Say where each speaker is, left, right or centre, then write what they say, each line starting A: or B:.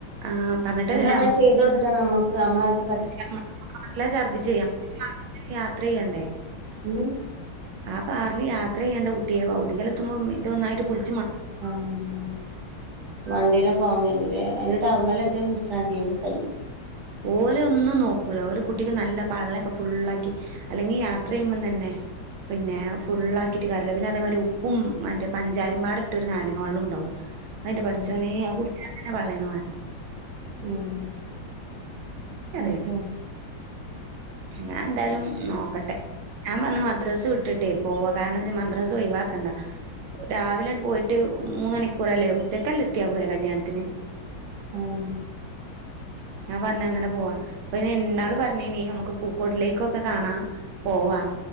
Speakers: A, on the right; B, on the right.
A: ആഹ് പറഞ്ഞിട്ടല്ലല്ല
B: നമ്മള് അങ്ങനെ ചെയ്ത കൊടുത്തിട്ടാണ് നമ്മക്ക് നമ്മളെ പ
A: <unintelligible> ഛർദി ചെയ്യാം നമ്മക്ക് യാത്ര ചെയ്യണ്ടേ
B: ഉം
A: ആ കാറിൽ യാത്ര ചെയ്യേണ്ട കുട്ടിയെ ഭൗതികല് എത്തുമ്പോ ഇതുനന്നായിട്ട് <unintelligible>
B: ആ വണ്ടിയിലാ <unintelligible> അതിന് ടവല് <unintelligible>
A: ഓലെ ഒന്നും നോക്കൂല ഓലെ കുട്ടിക്ക് നല്ല പള്ളയൊക്കെ ഫുള്ളാക്കി അല്ലെങ്കിൽ യാത്ര ചെയ്യുമ്പം തന്നെ പിന്നെ ഫുള്ളാക്കിട്ട് <unintelligible> പിന്നെ അതേമാതിരി ഉപ്പും മറ്റേ പഞ്ചാരിമ്പാട ഇട്ട ഒരു നാരങ്ങ വെള്ളം ഉണ്ടാവും എന്റെ പടച്ചോനെ
B: ഉം
A: അത് കുടിച്ചാ പിന്നെ <unintelligible>
B: ഉം
A: ഇക്കറിയില്ല
B: അതെ
A: ഞാൻ എന്താലും നോക്കട്ടെ ഞാൻ പറഞ്ഞ് മദ്രാസ് വിട്ടിട്ടേ പോകാന്നെന്ന് മദ്രാസ് ഒഴിവാക്കണ്ട രാവിലെ പോയിട്ട് മൂന്നുമണിക്കൂറല്ലേ ഉച്ചക്കല്ലേ എത്തിയാ പോരെ കല്യാണത്തിന്
B: ഉം
A: ഞാൻ പറഞ്ഞ് അങ്ങനെ പോവാ അപ്പം ഞാൻ ഇന്നാള് പറഞ്ഞെന്നെ നമ്മുക്ക് പൂക്കോട്ടിലേക്കൊക്കെ കാണാ പോവാ